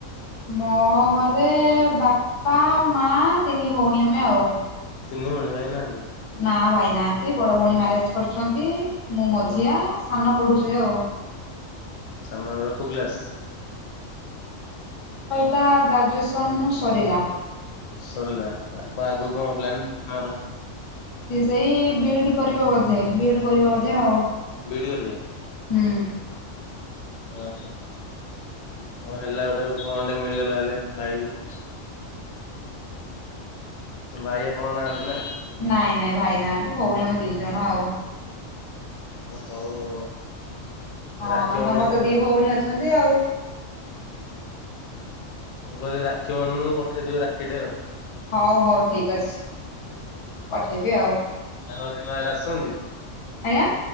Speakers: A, on the left; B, on the left.
A: ମୋ ଘରେ ବାପା, ମା, ତିନି ଭଉଣୀ ଆମେ ଆଉ।
B: ତିନି ଭଉଣୀ ଭାଇ ନାହାନ୍ତି?
A: ନା ଭାଇ ନାହାନ୍ତି। ବଡ ଭଉଣୀ ମ୍ୟାରେଜ କରିଛନ୍ତି। ମୁଁ ମଝିଆ,
B: ହଁ।
A: ସାନ ପଢୁଛି ଆଉ।
B: ସାନର କୋଉ କ୍ଲାସ୍?
A: ତା ଗ୍ରାଜୁଏସନ୍ ସରିଲା।
B: ସରିଲା ଆଉ କଣ ଆଗକୁ କଣ ପ୍ଲାନ ତମର?
A: ସି ସେଇ ବିଡ଼ି କରିବ ବୋଧେ ବିଡ଼ି କରିବ ବୋଧେ ଆଉ।
B: ଭିଡ଼ିଓରେ
A: ହୁଁ।
B: ହଉ ହେଲା ଗୋଟେ ଭଉଣୀଟେ ମିଳିଗଲା ହେଲେ ଭାଇ କି। ଭାଇ ଆପଣ ନାହାନ୍ତି ନା?
A: ନାଇଁ ନାଇଁ ଭାଇ ନାହାନ୍ତି ଭଉଣୀ ଆମେ ତିନି ଜଣ ଆଉ।
B: ହଉ ହଉ।
A: ହଁ
B: ରାକ୍ଷୀ ବନ୍ଧନ
A: ତମର
B: <unintelligible>
A: ତ ଦି ଭଉଣୀ ଅଛନ୍ତି ଆଉ।
B: ମୁଁ କହିଲି ରାକ୍ଷୀ ବନ୍ଧନକୁ ପଠେଇ ଦେବି ରାକ୍ଷୀ ଟେ ଆଉ।
A: ହଉ ହଉ ଠିକ ଅଛି, ପଠେଇବି ଆଉ।
B: ତାଙ୍କ <unintelligible> ଆଡେ ଆସୁଛନ୍ତି।
A: ଆଜ୍ଞା।